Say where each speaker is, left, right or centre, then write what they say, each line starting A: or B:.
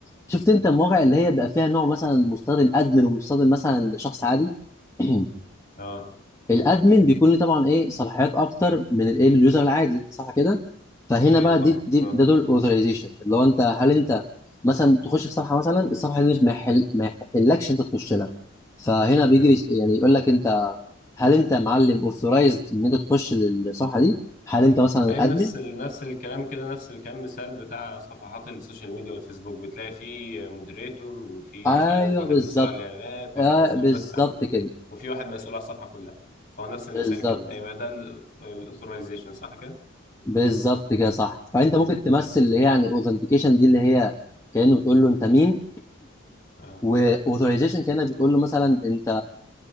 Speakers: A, on the left; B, on the left.
A: شفت انت المواقع اللي هي بيبقى فيها نوع مثلا مستخدم ادمن ومستخدم مثلا شخص عادي <clears throat>
B: اه
A: الادمن بيكون ليه طبعا ايه صلاحيات اكتر من الايه من اليوزر العادي صح كده فهنا
B: ايوه
A: بقى
B: طبعا
A: دي دي
B: اه
A: ده دور الاوثرايزيشن اللي هو انت هل انت
B: مم.
A: مثلا تخش في صفحه مثلا الصفحه دي مش ما يحل ما يحلكش انت تخش لها فهنا بيجي
B: مم.
A: يس- يعني يقول لك انت هل انت معلم اوثرايزد ان انت تخش للصفحه دي هل انت مثلا
B: ايوه
A: ادمن
B: نفس ال... نفس الكلام كده نفس الكلام مثال بتاع صفحات السوشيال ميديا والفيسبوك بتلاقي فيه مودريتور وفي
A: ايوه
B: مش عارف واحد
A: بالظبط
B: مسؤول عن الاعلانات واحد
A: آه
B: مسؤول
A: بالظبط
B: بس عن
A: كده
B: وفي واحد مسؤول على الصفحه كلها فهو نفس المثال
A: بالظبط
B: كده ده يبقى ده الاثورايزيشن صح كده؟
A: بالظبط كده صح فانت ممكن تمثل
B: تمام
A: اللي هي يعني اوثنتيكيشن دي اللي هي كانه بتقول له انت مين
B: اه
A: واوثورايزيشن كانت بتقول له مثلا انت